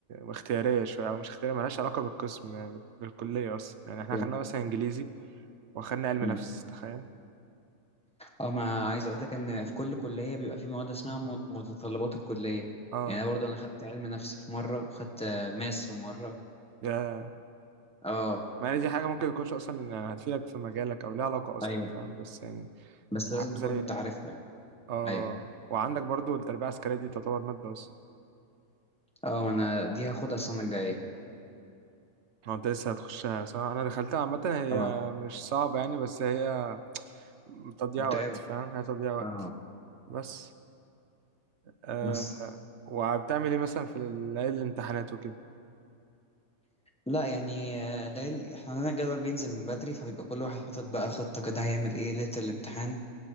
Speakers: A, on the right (about 60°); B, in the centre.
A: اختيارية شوية او مش اختيارية مالهاش علاقة بالقسم يعني بالكلية اصلا يعني احنا
B: أوكي.
A: خدنا مثلا انجليزي واخدنا علم
B: مم.
A: نفس تخيل
B: اه ما عايز أقول لك إن في كل كلية بيبقى في مواد اسمها م- متطلبات الكلية
A: اه
B: يعني أنا برضو أنا خدت علم نفس في مرة وخدت آه، ماس في مرة
A: يا
B: اه
A: ما هي دي حاجة ممكن يكونش أصلا يعني هتفيدك في مجالك أو ليها علاقة أصلا
B: ايوه
A: فاهم بس يعني
B: بس
A: حاجة
B: لازم تكون
A: زي
B: انت عارفها يعني
A: آه
B: ايوه
A: وعندك برضو التربية العسكرية دي تعتبر مادة بس
B: اه انا دي هاخدها السنه الجايه
A: هو أنت لسه هتخشها صح؟ أنا دخلتها عامة هي
B: اه
A: مش صعبة يعني بس هي تضييع
B: متعبة
A: وقت فاهم هي تضييع وقت
B: اه
A: بس آه
B: بس
A: وبتعمل إيه مثلا في ليالي الامتحانات وكده
B: لا يعني آه، ليل احنا عندنا الجدول بينزل من بدري فبيبقى كل واحد حاطط بقى خطة كده هيعمل ايه ليلة الامتحان